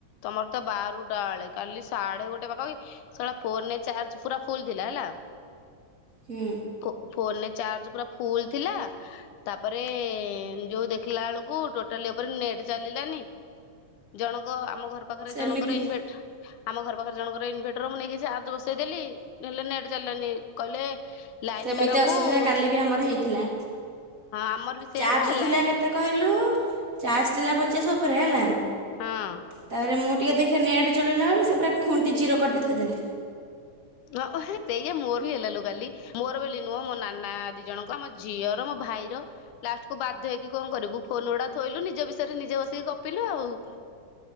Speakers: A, on the left; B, on the right.
A: ତମର ତ ବାରୁଟା ବେଳେ କାଲି ସାଢେ ଗୋଟେ ପାଖାପାଖି !!!!!!!!!! ଫୋନରେ ଚାର୍ଜ ପୁରା ଫୁଲ୍ ଥିଲା ହେଲା।
B: ହୁଁ
A: ଫୋ ଫୋନରେ ଚାର୍ଜ ପୁରା ଫୁଲ୍ ଥିଲା। ତାପରେ ଯୋଉ ଦେଖିଲା ବେଳକୁ ଟୋଟାଲି ଉପରେ ନେଟ୍ ଚାଲିଲାନି। ଜଣଙ୍କ ଆମ ଘର ପାଖରେ
B: ସେମିତି
A: ଜଣଙ୍କର ଇନଭେ ଆମ ଘର ପାଖରେ ଜଣଙ୍କର ଇନଭେଟର ମୁଁ ନେଇକି ଚାର୍ଜ ବସେଇଦେଲି। ହେଲେ ନେଟ୍ ଚାଲିଲାନି କହିଲେ ଲାଇନ
B: ସେମିତି
A: ତାରକୁ
B: ଅସୁବିଧା
A: ହଁ
B: କାଲି ବି ଆମର ହେଇଥିଲା
A: ଆମର ବି ସେଇଆ
B: ଚାର୍ଜ
A: ବା ଲାଇନ
B: ଥିଲା କେତେ କହିଲୁ ଚାର୍ଜ ଥିଲା ପଚାଶ ଉପରେ ହେଲା
A: ହଁ
B: ତାପରେ ମୁଁ ଟିକେ ଦେଖିଆ ନେଟ୍ ଚଲେଇଲା ବେଳୁ ସିଏ ପୁରା ଖୁଣ୍ଟି ଜିରୋ କରିଦେଇ ଥୋଇଦେଲେ।
A: ଓହୋ ହେ ସେଇଆ ମୋର ବି ହେଲା ଲୋ କାଲି ମୋର ବଲି ନୁହଁ ମୋ ନାନା ଦି ଜଣଙ୍କ ଆମ ଝିଅର ମୋ ଭାଇର ଲାଷ୍ଟକୁୁ ବାଧ୍ୟ ହେଇକି କଣ କରିବୁ ଫୋନ ଗୋଡା ଥୋଇଲୁ ନିଜ ବିଷୟରେ ନିଜେ ବସିକି ଗପିଲୁ ଆଉ।